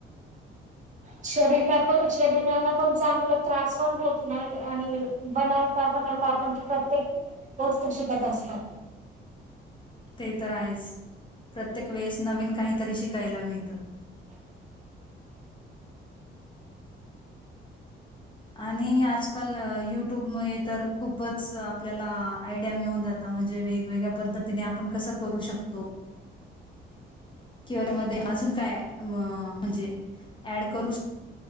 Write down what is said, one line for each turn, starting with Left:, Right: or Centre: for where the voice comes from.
Right: शरी शरीराला पण चांग त्रास पण होत नाही आणि बनवता. आपण प्रत्येक रोज शिकत असतो.
Left: ते तर आहेच प्रत्येक वेळेस नवीन काहीतरी शिकायला मिळतं.
Right: <inaudible>
Left: आणि आजकाल युट्यूबमुळे तर खूपच आपल्याला आयडिया मिळून जात. म्हणजे वेगवेगळ्या पद्धतीने आपण कसं करू शकतो.
Right: <inaudible>
Left: किंवा त्यामध्ये अजून काय म्हणजे ऍड करू.